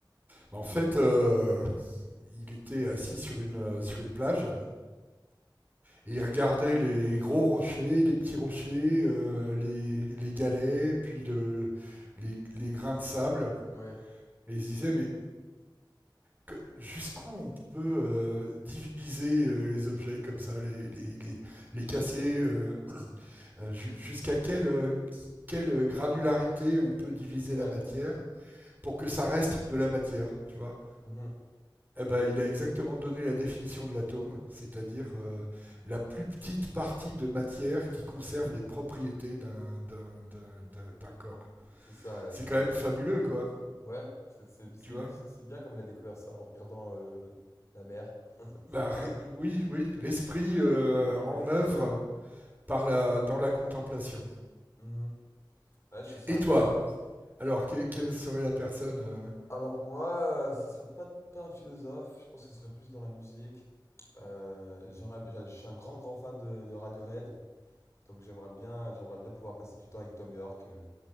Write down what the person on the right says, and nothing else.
Bah, en fait, euh, il était assis sur une, euh, sur une plage Et il regardait les gros rochers, les petits rochers, euh, les, les galets, puis le, les, les grains de sable.
Et il se disait, mais que- jusqu'où on peut euh, diviser euh, les objets comme ça, les, les, les, les casser, euh, euh, ju- jusqu'à quelle, euh, quelle granularité on peut diviser
la matière pour que ça reste de la matière, tu vois?
Eh ben, il a exactement donné la définition de l'atome, c'est-à-dire euh, la plus petite partie de matière qui conserve les propriétés d'un, d'un, d'un, d'un- d'un corps.
C'est
quand
même
fabuleux, quoi,
tu vois.
Bah,
ré- oui, oui, l'esprit euh,
en
œuvre par la, dans la contemplation.
Et
toi? Alors, que- quelle serait la personne euh,